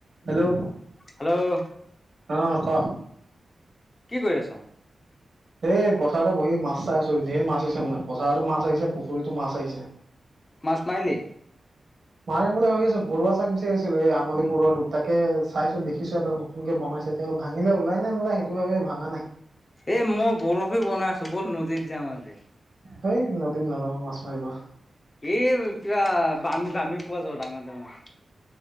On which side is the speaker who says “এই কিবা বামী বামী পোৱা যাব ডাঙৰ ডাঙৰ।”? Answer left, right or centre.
Left